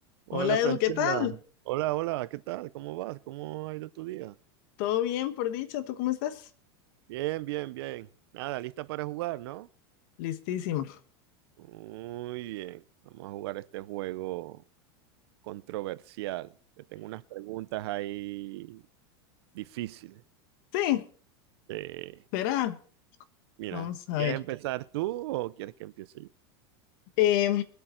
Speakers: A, on the right; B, on the left.
A: Hola
B: Hola
A: Franchela,
B: Edu, ¿qué tal?
A: hola, hola, ¿qué tal? ¿Cómo vas? ¿Cómo ha ido tu día?
B: ¿Todo bien por dicha? ¿Tú cómo estás?
A: Bien, bien, bien. Nada, lista para jugar, ¿no?
B: Listísima.
A: Muy bien. Vamos a jugar este juego controversial. Te tengo unas preguntas ahí difíciles.
B: Sí,
A: Eh,
B: verá.
A: mira,
B: Vamos a
A: ¿quieres
B: ver.
A: empezar tú o quieres que empiece yo?
B: Em,